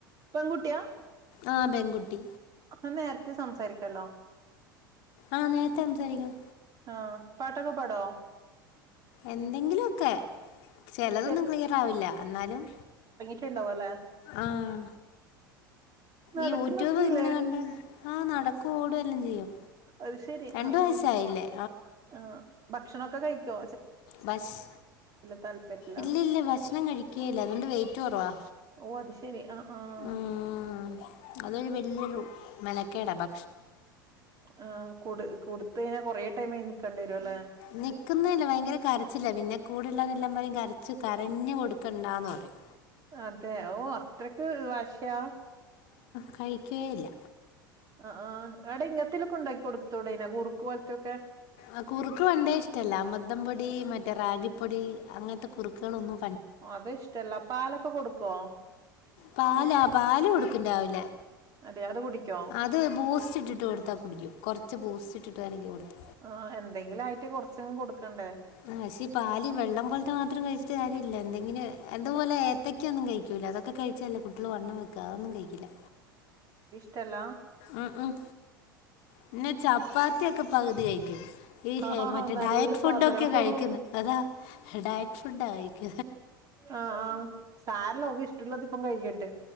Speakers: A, on the right; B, on the left.
A: പെൺകുട്ടിയാ
B: ആഹ് പെൺകുട്ടി
A: അപ്പോ നേരത്തെ സംസാരിക്കല്ലോ
B: ആഹ് നേരത്തെ സംസാരിക്കും
A: ആഹ് പാട്ടൊക്കെ പാടോ
B: എന്തെങ്കില്ലും ഒക്കെ ചിലതൊന്നും
A: ചെറു
B: ക്ലിയർ ആവില്ല എന്നാലും
A: ഒണ്ടാവ അല്ലേ
B: ആഹ്
A: നടക്കുന്നൊക്കെയില്ലേ
B: ഈ യൂട്യൂബ് ഇങ്ങനെ കണ്ട് ആഹ് നടക്കും ഓടും എല്ലാം ചെയ്യും
A: അത് ശെരി
B: രണ്ട്
A: ആഹ്
B: വയസ്സായില്ലേ
A: ആഹ് ആഹ് ഭക്ഷണൊക്കെ കഴിക്കൊ
B: ഭഷ്
A: താല്പര്യല്ല
B: ഇല്ല ഇല്ല ഭക്ഷണം കഴികേല്ല അതുകൊണ്ട് വെയിറ്റ് കുറവാ
A: ഓഹ് അത് ശരി അ ആഹ്
B: ഉം അതൊരു വലിയൊരു മെനക്കേടാ ഭ
A: ആഹ് കൊടു കൊടുത്ത കഴിഞ്ഞാ കൊറെ ടൈം അയിന് നിക്കേണ്ടി വരും അല്ലെ
B: നിക്കുന്നല്ല ഭയങ്കര കരച്ചില്ല പിന്നെ കൂടെള്ളരെ എല്ലാം പറയും കരച്ചു കരഞ്ഞു കൊടുക്കണ്ടാന്ന് പറയും
A: അതെ ഓ അത്രക്ക് വാശയാ
B: കഴിക്കേയില്ല
A: ആ ആ ഇങ്ങത്തിലൊക്കെ ഉണ്ടാക്കി കൊടുക്കത്തോടന കുറുക്ക് പോലത്തൊക്കെ
B: ആ കുറുക്ക് വേണ്ടേ ഇഷ്ടല്ല അ മൃദം പൊടി മറ്റേ റാഗിപ്പൊടി അങ്ങനത്തെ കുറുക്കുകളൾന്നും
A: അത് ഇഷ്ടല്ല പാലൊക്കെ കൊടുക്കുവോ
B: പാലാ പാല്ല് കൊടുക്കുംരാവിലെ
A: അതെ അത് കുടിക്കോ
B: അത് ബൂസ്റ്റ് ഇട്ടിട്ട് കൊടുത്താ കുടിക്കും കൊറച്ച് ബൂസ്റ്റ് ഇട്ടിട്ട് വരഗി കൊടുത്ത
A: ആ എന്തെങ്കിലും ആയിട്ട് കൊറച്ചും കൊടുക്കണ്ടേ
B: പക്ഷേ പാലി വെള്ളം പോലത്തെ മാത്രം കഴിച്ചിട്ട് കാര്യമില്ലല്ല എന്തെങ്കിലും എന്തതുപോലെ ഏത്തക്ക ഒന്നും കഴിക്കൂ അതൊക്കെ കഴിച്ചല്ലേ കുട്ടികള് വണ്ണം വെക്കുക അതൊന്നും കഴിക്കില്ല
A: തല
B: ഉം ഉം പിന്നെ ചപ്പാത്തി ഒക്കെ പകുതി കഴിക്കും ഈഹേ
A: ആഹ് ആഹാ
B: മറ്റേ
A: നല്ല
B: ഡയറ്റ് ഫുഡ
A: സാധനം
B: ഒക്കെയ
A: ആഹ്
B: കഴിക്കന്ന് അതാ ഡയറ്റ് ഫുഡാ കഴിക്ക
A: ആഹ ആഹ് സാരല്ല ക്ക ഇഷ്ടള്ളതിപ്പം കഴിക്കട്ടെ